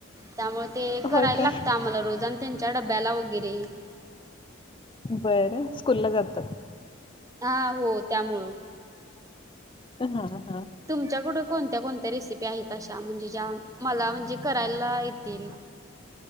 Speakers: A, on the right (about 15°); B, on the left (about 25°).
A: त्यामुळे ते करायला
B: होय काय
A: लागतं आम्हाला रोज आणि त्यांच्या डब्याला वगैरे
B: बर स्कूलला जातात
A: हा हो त्यामुळं
B: ह ह
A: तुमच्याकड कोणत्या कोणत्या रेसिपी आहेत अशा म्हणजे मला म्हणजे करायला येतील